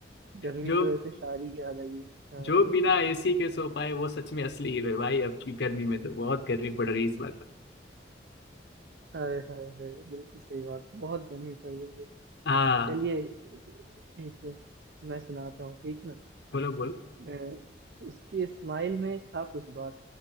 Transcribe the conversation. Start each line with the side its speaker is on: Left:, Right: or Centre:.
Right: गर्मी
Left: जो
Right: की वजह से शायरी याद आई है हाँ
Left: जो
Right: हाँ
Left: बिना एसी के सो पाए वो सच में असली हीरो है भाई अब की गर्मी में तो बहुत गर्मी पड़ रही है इस बार
Right: हाय हाय हाय बिल्कुल सही बात बहुत गर्मी पड़ रही है
Left: हाँ
Right: चलिए एक मैं सुनाता हूँ ठीक ना
Left: बोलो बोलो
Right: अ, उसकी स्माइल में था कुछ बात